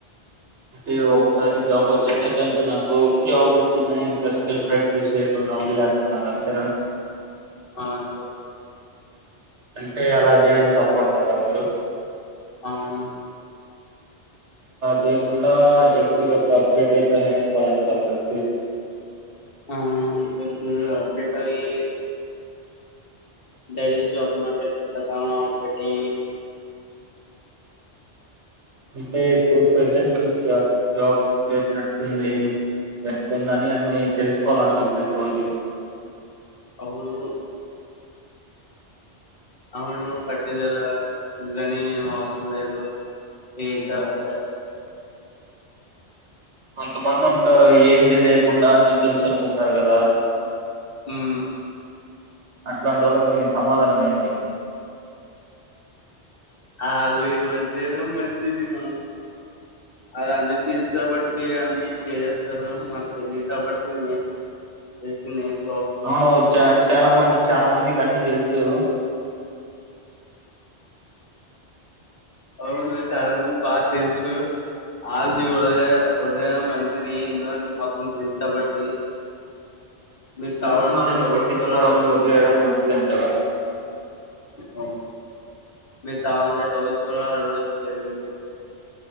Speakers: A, on the right (about 80°); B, on the left (about 55°).
A: ఇగ ఒకసారి జాబ్ వచ్చేసాక ఇంక నాకు జాబ్ వచ్చింది అని ఇంకా స్కిల్ ప్రాక్టీస్ చేయకుండా ఉండలేను చెప్తున్నారు అంతేనా
B: ఆ అంతే
A: అంటే అలా చేయడం తప్పు అంటారా మీరు
B: అవును
A: చేయకుండా ఎప్పుటికప్పుడు అప్డ్రేట్ అయిత నేర్చుకోవాలంటారు అప్పుడు
B: అవునవును ఎప్పుడు అప్డేట్ అయ్యి డైలీ జాబ్ <unintelligible> పెట్టి
A: అంటే ఇప్పుడు ప్రజెంట్ జ జాబ్ చేసినట్టుంది చెప్స్తుందని అన్ని తెలుసుకోవాలంట ప్రతిరోోజు
B: అవును అవును పట్టదల ఇల్దని ఏం అవసంలేదు ఏదాద
A: కొంతమంది ఉంటారు ఏంది లేకుండా అన్నీ తెలుసు అనుకుంటారు కదా
B: హ్మ్మ్
A: అట్లాంటి వాళ్ళకు మీ సమాధానం ఏంటి
B: అళ ఈ వదిలేది మంచిది మనం అది అన్నీ తెలుసు కాబట్టి అన్ని చేసేస్తారు మాకు తెలిదు కాబట్టి మే <unintelligible>
A: అవును చ చాలా మంది చాలా మందికన్నీ తెలుసు
B: అవును చాలా మంది బా తెలుసు ఆల్ది వ వద మంచిది ఎన్నోంత మొత్తం తెలుసు కాబట్టి మీరు
A: తెలిసిన
B: తాగడంటే
A: వాళ్ళని
B: డౌట్స్
A: పట్టించుకోవడం
B: కూడా
A: వదిలేయడం మంచిధంటారా
B: ఉ మీ <unintelligible> రోజు వెళ్ళి